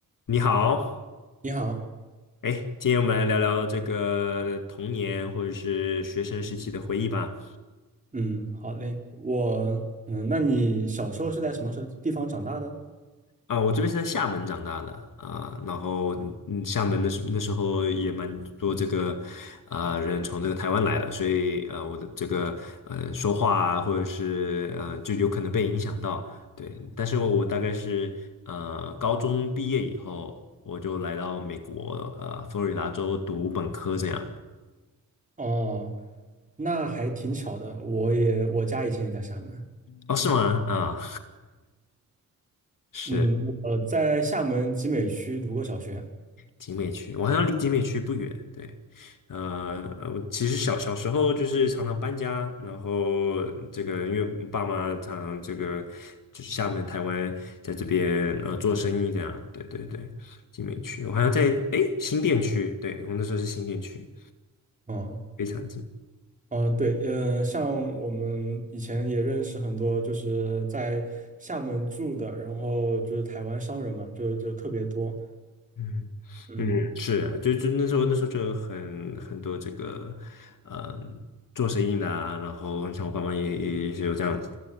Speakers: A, on the left; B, on the right.
A: 你好，
B: 你好，
A: 哎，今天我们来聊聊这个童年或者是学生时期的回忆吧。
B: 嗯，好嘞，我，嗯，那你小时候是在什么时候地方长大的？
A: 啊，我这边是在厦门长大的啊，然后嗯，厦门那时那时候也蛮多这个啊、人从这个台湾来的，所以呃，我的这个呃说话啊，或者是呃，就有可能被影响到。对，但是我大概是呃高中毕业以后，我就来到美国呃佛罗里达州读本科这样。
B: 哦，那还挺巧的，我也，我家以前也在厦门，
A: 哦，是吗？啊。<laughs> 是。
B: 嗯，我在厦门集美区读过小学，
A: 集美区，我好像离集美区不远。对，呃，呃我其实小小时候就是常常搬家，然后这个因为爸妈常常这个就是厦门、台湾在这边呃做生意这样。对对对，集美区，我好像在诶新店区，对我那时候是新店区，
B: 哦，
A: 非常近。
B: 哦，对，嗯，像我们以前也认识很多，就是在厦门住的，然后就是台湾商人嘛，就就特别多，
A: 嗯嗯，
B: 嗯，
A: 是啊，就就那时候那时候就有很很多这个，嗯，做生意的啊，然后像我爸妈也也也是有这样子